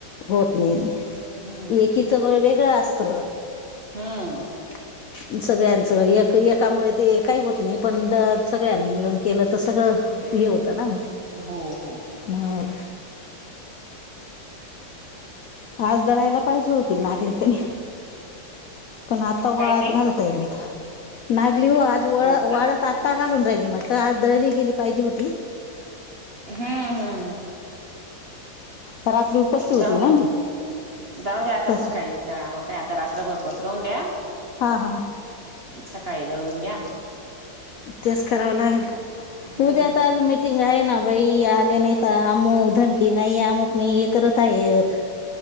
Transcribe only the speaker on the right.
हम्म
हम्म.
हो हो.
काय
ताई
हो का?
हम्म हम्म.
जाऊ.
जाऊ द्या आता
सकाळीच. दळा मग काय आता रात्रभर पसरवून द्या.
सकाळी दळून घ्या.
हम्म